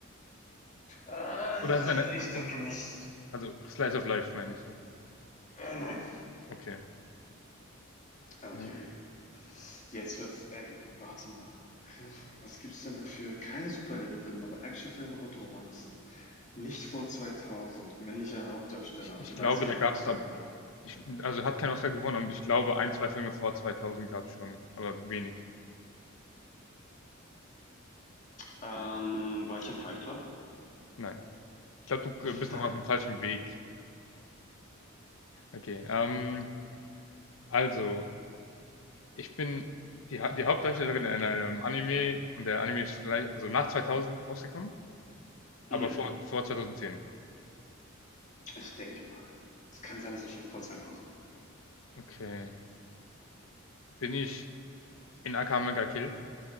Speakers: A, on the left (about 35°); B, on the left (about 75°).
A: Äh,
B: Oder ist es eine.
A: ich denke
B: Ist,
A: nicht.
B: also, Slice of Life meine ich.
A: Äh, nein.
B: Okay.
A: Okay.
B: Hä?
A: Jetzt wird's eng. Warte mal. Hilfe. Was gibt's denn dafür? keine Superheldenfilme, aber Actionfilme und Romanzen? Nicht vor 2000. Männlicher Hauptdarsteller.
B: Ich,
A: Und
B: ich
A: du
B: glaube,
A: weißt nicht,
B: da
A: ob
B: gab
A: er einen Oscar
B: es da.
A: gewonnen hat.
B: Ich, also, hat kein Oscar gewonnen und ich glaube, ein, zwei Filme vor 2000 gab es schon, aber wenig.
A: Ähm, war ich in Fight Club?
B: Nein. Ich glaube, du
A: Verdammt.
B: äh, bist noch auf dem falschen Weg. Okay. Ähm, also, ich bin die, Ha- die Hauptdarstellerin in einem Anime und der Anime ist vielleicht, also nach 2000 rausgekommen, aber
A: Hm,
B: vor, vor 2010.
A: ich denke mal. Es kann sein, dass er schon vor zweitausend war.
B: Okay. Bin ich in Akame ga Kill?